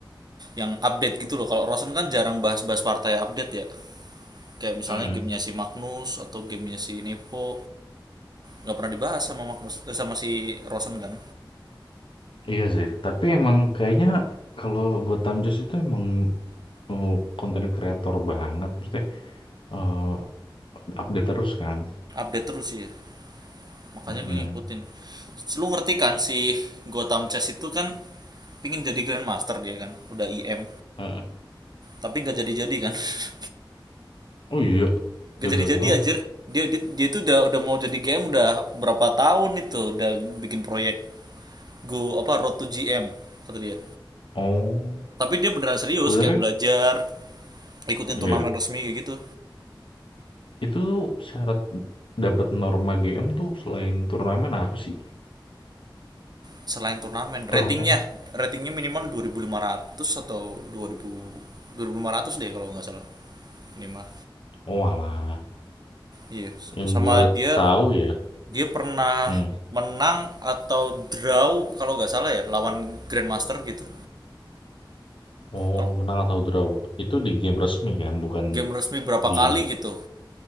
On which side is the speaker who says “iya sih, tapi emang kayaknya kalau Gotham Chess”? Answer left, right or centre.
Left